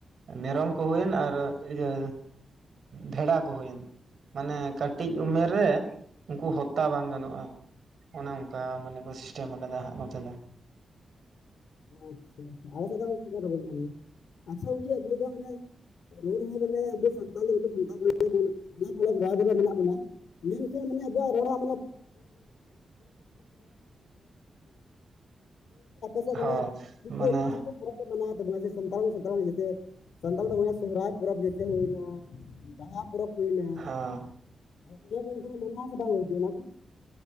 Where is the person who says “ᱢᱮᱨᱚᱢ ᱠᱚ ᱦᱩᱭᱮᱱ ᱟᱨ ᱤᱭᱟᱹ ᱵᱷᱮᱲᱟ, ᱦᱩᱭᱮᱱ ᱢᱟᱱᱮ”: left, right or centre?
Right